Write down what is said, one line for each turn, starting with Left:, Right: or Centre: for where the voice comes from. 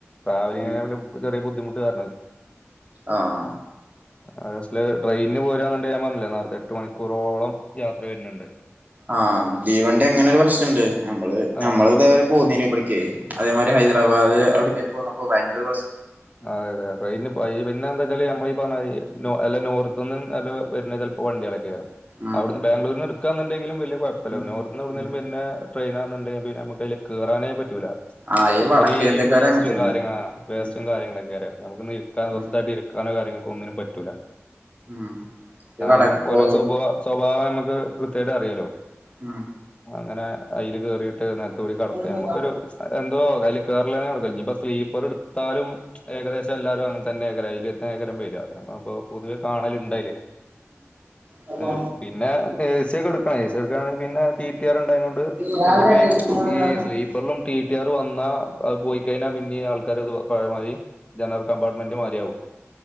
Left: ട്രാവലി
Right: ഉം
Left: ആ ചെറിയ ബുധിമുട്ട് പറഞ്ഞത്
Right: ആഹ
Left: അതല് ട്രെയിനിന് പോരാന്നണ്ട ഞാൻ പറഞ്ഞില്ലേ നേത്തെ എട്ട് മണിക്കൂറോളം യാത്ര വരുന്നുണ്ട്
Right: ആഹ് ദീവണ്ടി അങ്ങനെൊ ഒരു പ്രശ്നംുണ്ട് നമ്മള്
Left: ആ ആ
Right: നമ്മള് ഇതേവരെ പോന്നീ ഇവിടക്ക്േ അതേമാതിരി ഹൈദരാബാദ് അവിട കേട്ട് പോന്നപ്പോ ബാംഗ്ലൂ
Left: അതെ അതെ ട്രെയിന്ന്നെന്താ വച്ചാല് നമ്മളീഈ പറഞ്ഞ അല്ല നോർത്ത് നിന്നന്ന് നല്ല വരുന്ന ചിലപ്പോ വണ്ടികളക്കെ കയറ
Right: ഉം
Left: അവിടുന്ന് ബാംഗ്ലൂരിൽ നിക്കുക എന്നുണ്ടെങ്കിലും വ കുഴപ്പോന്ന്ും
Right: ഉം ഉം
Left: പിന്നെടെയിനാണണ്ടെങ്ക നമു കയറേ പറ്റ
Right: ആഹ് ഈ
Left: അത്രയും
Right: വടക്കേന്ത്യക്കാര്
Left: വേസ്റ്റും
Right: അങ്ങനെ തന്നെയാ
Left: കാര്യ വസ്
Right: ഉം
Left: കാര്യങ്ങളൊക്കെ നു
Right: ഉം
Left: ഇസ്ഥായിട്ട് ഇരിക്കാനോാര്യൊക്ക ഒന്നിനും പറ്റൂില്ല
Right: ഉം ഈ വട
Left: അണം ഓരോ
Right: ഓ
Left: സ്വഭ സ്വഭാവം നമക്ക് കൃത്യമായിട്ട് അറിയാലോ
Right: ഉം
Left: അങ്ങനെ അതിൽ കേറിട്ട് ന കൂടി കടക്ക
Right: ഉം
Left: നമുക്കൊരു എന്തോ അതില് കേരളേ നടക്ക ഇനിയിപ്പ സ്ലീപ്പർ എാലും ഏകദേശം എല്ലാവും അങ്ങന തന്നെ ഏക്ക അതിൽ ഏര വര നമ്മപ്പോ പൊതുവെ കാണലുണ്ടല്ലേ
Right: അപ്പൊ
Left: ആ പിന്നെ ഏസിയൊക്കെ എടുക്കണയ് ഏസി എടുകാണെ പിന്നെ ട്ടി ട്ടി ആർ ഉണ്ടായിംകൊണ്ട്
Right: രാവിലെ
Left: ഇനിപ്പോ ഈ ഈ സ്ലീപ്പറിലും ടി ടി ആർ വന്നാ അത് പോയി കഴിഞ്ഞാ പിന്നേം ആൾക്കാരത് <unintelligible> ജനറൽ കമ്പാർട്ട്മെൻ്റ് മാരിയാവും